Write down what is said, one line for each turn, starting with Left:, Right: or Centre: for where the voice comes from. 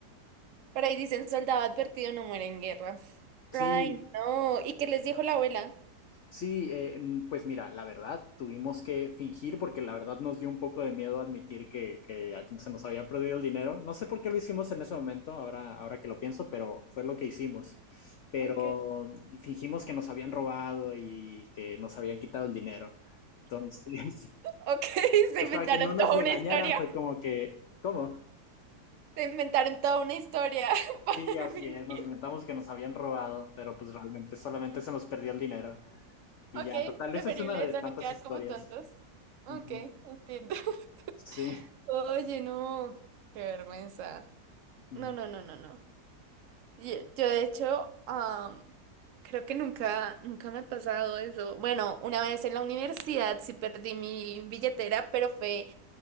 Right: Por ahí dicen, soldado advertido no muere en guerra.
Left: Sí,
Right: Ay, No, ¿y qué les dijo la abuela?
Left: Sí, eh, mm, pues mira, la verdad, tuvimos que fingir porque la verdad nos dio un poco de miedo admitir que, que se nos había perdido el dinero. No sé por qué lo hicimos en ese momento, ahora, ahora que lo pienso, pero fue lo que hicimos. Pero
Right: Ok,
Left: fingimos que nos habían robado y que nos habían quitado el dinero. Entonces, <laughs>
Right: ok, <laughs> se
Left: pues
Right: inventaron
Left: para que no nos
Right: toda
Left: regañaran
Right: una historia.
Left: fue como que, ¿cómo?
Right: Se inventaron toda una historia. <laughs> para
Left: Sí, así
Right: fingir.
Left: es, nos inventamos que nos habían robado, pero pues realmente solamente se nos perdió el dinero. Y
Right: Ok,
Left: ya, total,
Right: preferible
Left: esa es una de
Right: eso,
Left: tantas
Right: no quedar
Left: historias.
Right: como tontos. Ok,
Left: Ujú.
Right: entiendo. <laughs>
Left: Sí.
Right: Oye, no, qué vergüenza.
Left: Mm.
Right: No, no, no, no, no. Yo, yo, de hecho, am, creo que nunca, nunca me ha pasado eso. Bueno, una vez en la universidad sí perdí mi billetera, pero fue